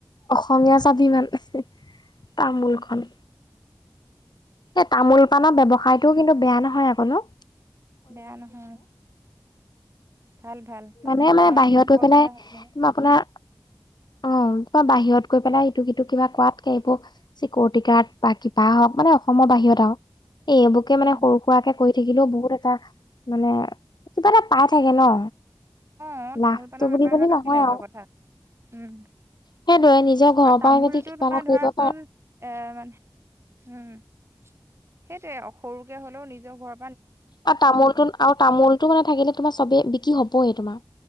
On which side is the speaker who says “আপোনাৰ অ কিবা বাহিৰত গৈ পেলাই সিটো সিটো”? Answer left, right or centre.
Left